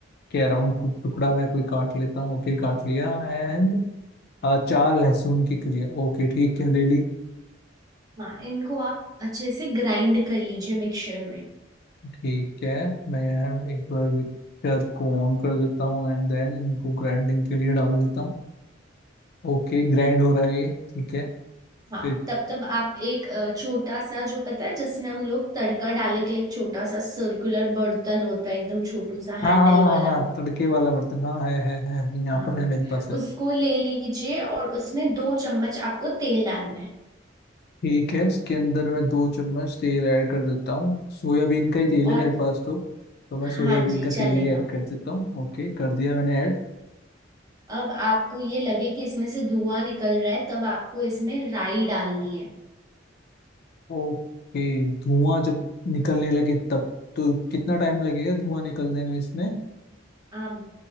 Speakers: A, on the left (about 55°); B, on the right (about 20°).
A: के अराउंड टुकड़ा मैं कोई काट लेता हूँ ओके काट लिया एंड चार लहसुन की कलियां ओके ठीक है ले ली
B: हाँ इनको आप अच्छे से ग्राइंड कर लीजिए मिक्सचर में
A: ठीक है मैं एक बार मिक्सचर को ऑन कर देता हूँ एंड देन इनको ग्राइंडिंग के लिए डाल देता हूँ ओके ग्राइंड हो रहा है ये ठीक है
B: हाँ
A: फिर
B: तब तब आप एक अ, छोटा सा जो पता है जिसमें हम लोग तड़का डालने के लिए एक छोटा सा सर्कुलर बर्तन होता है एकदम छोटू सा
A: हाँ
B: हैंडल
A: हाँ हाँ
B: वाला
A: हाँ हाँ, तड़के वाला बर्तन हाँ है है है यहाँ
B: हाँ
A: पर है मेरे पास है
B: उसको ले लीजिए और उसमें दो चम्मच आपको तेल डालना है
A: ठीक है इसके अंदर मैं दो चम्मच तेल ऐड कर देता हूँ सोयाबीन का ही तेल
B: और
A: है मेरे पास तो तो मैं सोयाबीन
B: हाँ जी
A: का
B: चलेगा
A: तेल ही ऐड कर देता हूँ ओके कर दिया मैंने ऐड
B: अब आपको ये लगे कि इसमें से धुआं निकल रहा है तब आपको इसमें राई डालनी है
A: ओके धुआं जब निकलने लगे तब तो कितना टाइम लगेगा धुआं निकलने में इसमें
B: आप